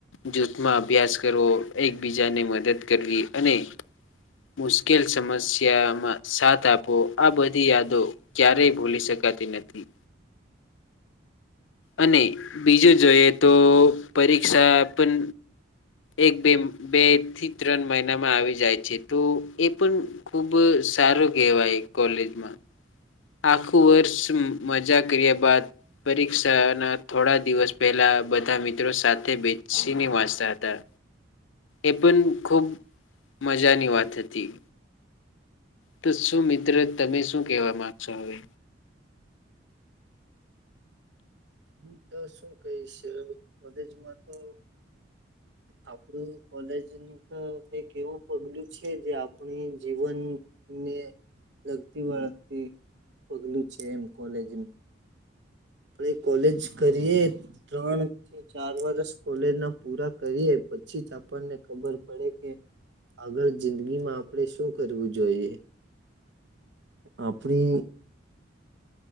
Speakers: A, on the left (about 85°); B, on the right (about 65°).
A: જૂથમાં અભ્યાસ કરવો એકબીજાને મદદ કરવી અને મુશ્કેલ સમસ્યામાં સાથ આપો આ બધી યાદો ક્યારેય ભૂલી શકાય નથી અને બીજું જોઈએ તો પરીક્ષા પણ એક બે બે થી ત્રણ મા આવી જાય છે તો એ પણ ખુબ સારો કહેવાય કોલેજમાં આખું વર્ષ મજા કર્યા બાદ પરીક્ષાના થોડા દિવસ પહેલા બધા મિત્રો સાથે બેસીને વાંચતા હતા એ પણ ખૂબ મજાની વાત હતી તો શું મિત્ર તમે શું કહેવા માંગશો હવે
B: હું તો શું કહીશ કોલેજમાં તો આપણું કોલેજ તો એક એવું પગલું છે જે આપણી જીવન ને લગતી વળગતી પગલું છે એમ કોલેજનું આપે કોલેજ કરીએ ત્રણ થી ચાર વરષ કોલેજ ના પૂરા કરીએ પછી જ આપણને ખબર પડે કે આગળ જિંદગીમાં આપણે શું કરવું જોઈએ આપફણે